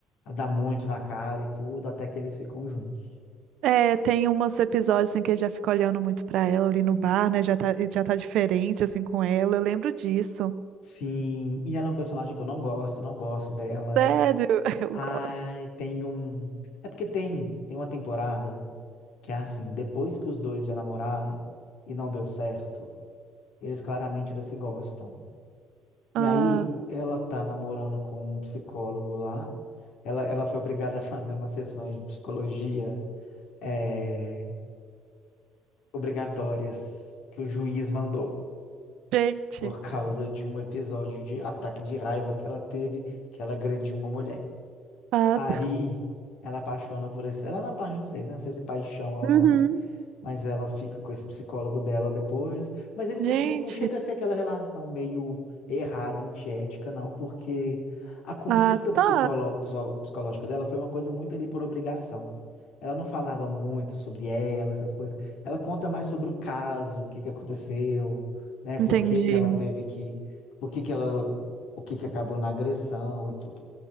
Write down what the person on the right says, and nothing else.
É, tem uns episódios assim que ele já fica olhando muito pra ela ali no bar, né? Já tá, ele já tá diferente assim com ela. Eu lembro disso.
Sério, <laughs> eu
gosto.
Ah,
gente.
Ah,
tá.
Uhum.
Gente.
Ah,
tá.
Entendi.